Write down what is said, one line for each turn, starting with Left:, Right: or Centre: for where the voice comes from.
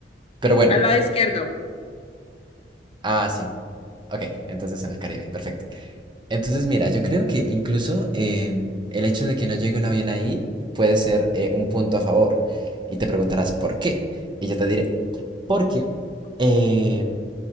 Right: Pero bueno,
Left: Al lado izquierdo.
Right: ah, sí. Ok, entonces en el Caribe, perfecto. Entonces, mira, yo creo que incluso em, el hecho de que no llegue un avión ahí puede ser eh, un punto a favor. Y te preguntarás por qué. Y yo te diré, porque
Left: Ok,
Right: qué?